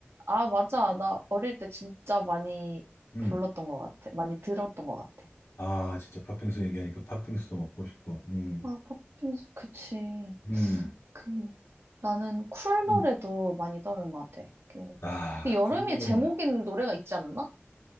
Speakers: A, on the right; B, on the left.
A: 아, 맞아. 나 어릴 때 진짜 많이
B: 응.
A: 불렀던 것 같아. 많이 들었던 것 같아.
B: 아, 진짜 팥빙수 얘기하니까 팥빙수도 먹고 싶고, 음,
A: 아, 팝핀스, 그치.
B: 음.
A: 그, 나는 쿨 노래도
B: 음.
A: 많이 떠오르는 것 같아. 그,
B: 아,
A: 그 여름이
B: 쿨보다
A: 제목인 노래가 있지 않나?